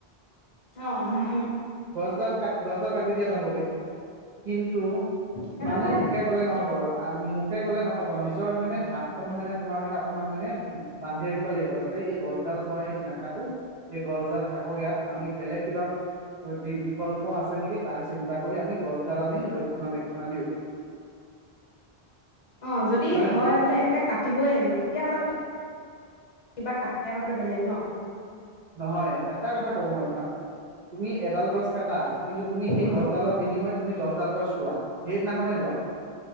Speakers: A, on the left (about 35°); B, on the right (about 50°).
A: অ নাহে
B: গছডাল কাট গছডাল কাটি দিয়া যাবগে কিন্তু
A: সেইটো
B: মানুহে
A: হয়
B: মুখে কলে নহব মুখে কলে নহব হ'ব নিজৰ মানে হাত খনো মানে তোমাৰ মানে অকনমান মানে বান্ধি ৰাখিব লাগিব যাতে এই গছডাল মই ন কাটো এই গছডাল থাকক ইয়াত আমি বেলেগ কিবা বিকল্প আছে নেকি তাৰ চিন্তা কৰি আমি গছডাল আমি ৰক্ষণাবেক্ষণা দিওঁ
A: অ যদি
B: নে
A: হয়
B: নহয়
A: বোলে একে কাটিবই লাগিব তেতিয়া অলপ কিবা কাট দিয়া কথাটো বেলেগ ন
B: নহয় এটা কথা কওঁ মই তোমাক তুমি এডাল গছ কাটা কিন্তু তুমি সেই
A: উম
B: গছডালৰ বিনিময়ত তুমি দছ ডাল গছ ৰোৱা সেইদিনাখনে ৰোৱা